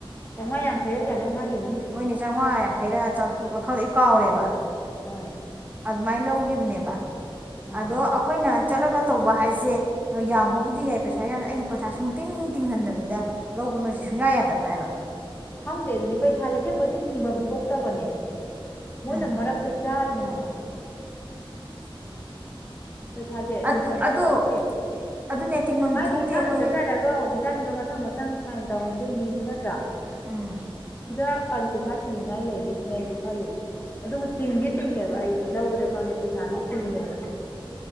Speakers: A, on the left (about 20°); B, on the right (about 15°).
A: ꯆꯥꯝꯉꯥꯡꯈꯩꯔꯛ ꯌꯥꯠ ꯅꯅ ꯍꯥꯏꯒꯅꯤ
B: ꯍꯣꯏꯅꯦ ꯆꯥꯝꯃꯉꯥ ꯌꯥꯡꯈꯩꯔ ꯆꯥꯇ꯭ꯔꯨꯛ ꯈꯪꯗꯩ ꯀꯥꯎꯔꯦꯕ
A: ꯎꯝ
B: ꯑꯗꯨꯃꯥꯏꯅ ꯂꯧꯈꯤꯕꯅꯦꯕ
A: ꯑꯥ
B: ꯑꯗꯣ ꯑꯩꯈꯣꯏꯅ ꯆꯠꯂꯒ ꯇꯧꯕ ꯍꯥꯏꯁꯦ ꯌꯥꯕꯕꯨꯗꯤ ꯌꯥꯏ ꯄꯩꯁꯥ ꯌꯥꯝ ꯑꯩꯅ ꯄꯩꯊꯥ ꯁꯨꯡ ꯇꯤꯡ ꯇꯤꯡꯍꯟꯗꯕꯤꯗ ꯂꯧꯕ ꯃ ꯁꯨꯡꯌꯥ ꯌꯥꯗꯕ꯭ꯔꯥ ꯍꯥꯏꯕ
A: ꯈꯪꯗꯦ ꯑꯗꯨꯗꯤ ꯄꯩꯁꯥꯁꯦ ꯑꯁꯦꯡꯕꯩꯗꯤ ꯇꯤꯡꯐꯝ ꯊꯣꯛꯇꯕꯅꯦꯕ ꯃꯣꯏꯅ
B: ꯎꯝ
A: ꯃꯔꯛꯇ ꯆꯥꯏꯅꯦ ꯍꯥꯏꯕ ꯄꯩꯁꯥꯁꯦ
B: ꯑꯗꯨ
A: ꯇꯨꯡꯐꯝꯗꯤ
B: ꯑꯗꯨ
A: ꯊꯣꯛꯇꯦꯕ
B: ꯑꯗꯨꯅꯦ ꯇꯤꯡꯐꯝ
A: ꯍꯥꯏꯗꯤ
B: ꯊꯣꯛꯇꯦ
A: ꯏꯁꯥꯅ
B: ꯑꯩꯈꯣꯏ
A: ꯆꯠ ꯆ ꯍꯥꯏꯔꯒ ꯑꯣꯐꯤꯁꯥꯁꯤꯡꯗꯣ ꯃꯊꯪ ꯃꯊꯪ ꯁꯥꯏꯟ ꯇꯧꯍꯟꯗꯣꯏꯅꯤ ꯅꯠꯇ꯭ꯔꯥ
B: ꯎꯝ
A: ꯁꯤꯗ ꯀꯔꯤ ꯄꯩꯁꯥ ꯇꯤꯡꯅꯤꯉꯥꯏ ꯂꯩꯒꯦ ꯁꯤꯅ ꯑꯩꯁꯨ ꯈꯜꯂꯤ ꯑꯗꯨꯕꯨ ꯇꯤꯡꯗꯤ ꯇꯤꯡꯉꯦꯕ ꯑꯩ ꯂꯧꯕꯗ ꯈꯪꯗꯦ ꯄꯩꯁꯥꯗꯤ ꯄꯨꯨꯅꯤꯑꯕ